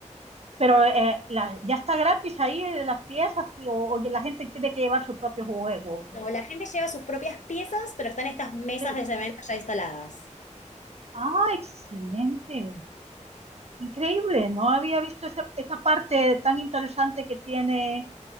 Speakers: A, on the right (about 55°); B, on the left (about 75°).
A: pero eh, la- ya está gratis ahí eh, las piezas y- o, o la gente tiene que llevar su propio juego. o-
B: O la gente lleva sus propias piezas, pero están estas mesas
A: Sí.
B: de cemento ya instaladas.
A: Ah, excelente. Increíble. No había visto esa, esa parte tan interesante que tiene